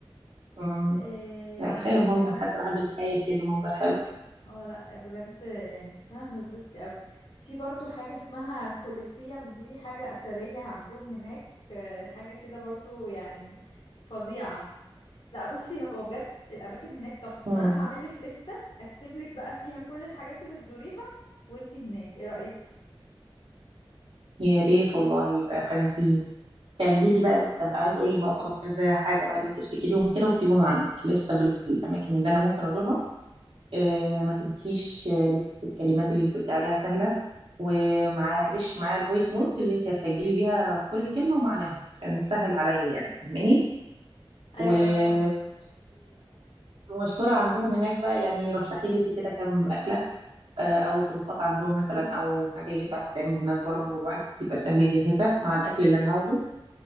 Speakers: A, on the right; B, on the left.
A: امم
B: آه،
A: يعني
B: عندنا
A: كفاية المنظر
B: كمان
A: حتى الواحد بيتخيل كده منظر حلو
B: اه لا بجد يعني انت فعلا هتتبسطي قوي في برضو حاجة اسمها كوليسيوم دي حاجة أثرية عندهم هناك آه، حاجة كده برضو يعني فظيعة لا بصي هو بجد الأماكن هناك تحفة
A: امم
B: فأنا هعمل لك لستة أكتب لك بقى فيها كل الحاجات اللي تزوريها وانت هناك ايه رأيك
A: يا ريت والله يبقى خانتيني تعملي لي بقى لسه بقى عايز اقول لك بقى طلب كذا حاجه بقى اللي انت تفتكريهم كده واكتبيهم عندك لسه بالاماكن اللي انا ممكن ازورها آه ما تنسيش آه، لسه الكلمات اللي انت قلتي عليها سهله ومعلش معايا الفويس نوت اللي انت هتسجلي بيها كل كلمه ومعناها عشان تسهل عليا يعني فاهماني
B: أيوة
A: والاكلات
B: لا طبعا
A: المشهوره عندهم هناك بقى يعني رشحي لي انت كده كام اكله آه، او طبقات عندهم مثلا او حاجه ينفع تتعمل هناك برضو الواحد يبقى سهل يجهزها مع الاكل اللي انا هاخده